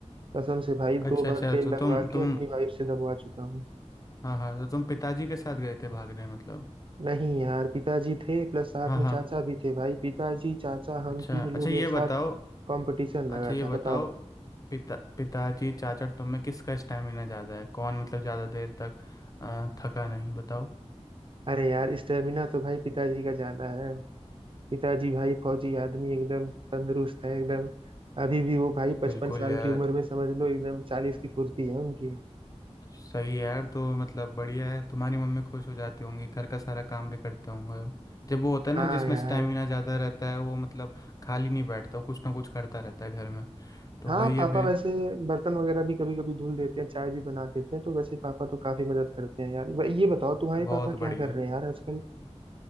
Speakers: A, on the right (about 50°); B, on the left (about 30°).
A: कसम से भाई
B: अच्छा
A: दो बार
B: अच्छा
A: तेल
B: तो
A: लगवा
B: तुम
A: के
B: तुम
A: अपनी वाइफ से दबवा चुका हूँ
B: हाँ हाँ तो तुम पिताजी के साथ गए थे भागने मतलब
A: नहीं यार पिताजी थे प्लस साथ
B: हाँ
A: में
B: हाँ
A: चाचा भी थे भाई पिताजी चाचा हम
B: अच्छा
A: तीन
B: अच्छा
A: लोग
B: ये
A: एक साथ
B: बताओ
A: कंपटीशन
B: अच्छा
A: लगा
B: ये
A: था
B: बताओ
A: बताओ
B: पिता पिताजी चाचा और तुम में किसका स्टैमिना ज़्यादा है कौन मतलब ज़्यादा देर तक अ, थका नहीं बताओ
A: अरे यार स्टेमिना तो भाई पिताजी का ज्यादा है पिताजी भाई फौजी आदमी एकदम तंदुरुस्त है एकदम अभी भी वो भाई पचपन
B: बिल्कुल
A: साल
B: यार
A: की उम्र में समझ लो एकदम चालीस की फुर्ती है उनकी
B: तो सही है यार तो मतलब बढ़िया है तुम्हारी मम्मी खुश हो जाती होंगी घर का सारा काम भी करते होंगे जब वो होता है
A: हाँ
B: ना जिसमें
A: यार
B: स्टेमिना ज़्यादा रहता है वो मतलब खाली नहीं बैठता वो कुछ ना कुछ करता रहता है घर में तो
A: हाँ
B: वही है
A: पापा
B: फिर
A: वैसे बर्तन वगैरह भी कभी कभी धुल देते हैं चाय भी बना देते हैं तो वैसे पापा तो काफी मदद करते हैं यार ब- ये बताओ तुम्हारे
B: बहुत
A: पापा
B: बढ़िया
A: क्या कर रहे हैं यार आजकल